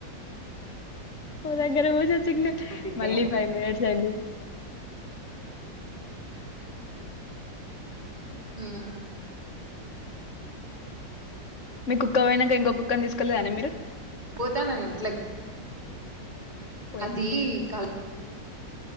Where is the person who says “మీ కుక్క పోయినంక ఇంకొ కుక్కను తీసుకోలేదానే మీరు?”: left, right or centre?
Left